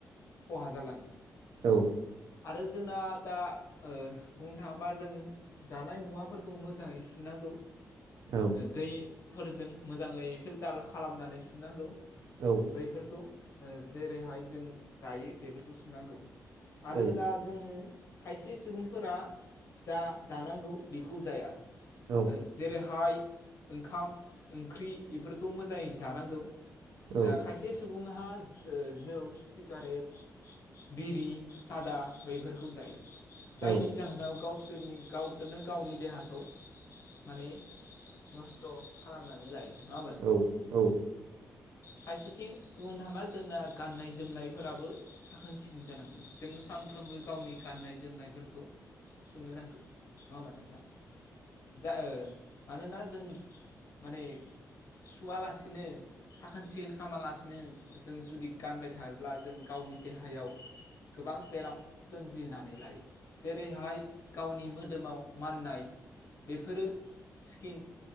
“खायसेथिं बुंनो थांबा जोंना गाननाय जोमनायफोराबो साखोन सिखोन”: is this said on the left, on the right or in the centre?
Left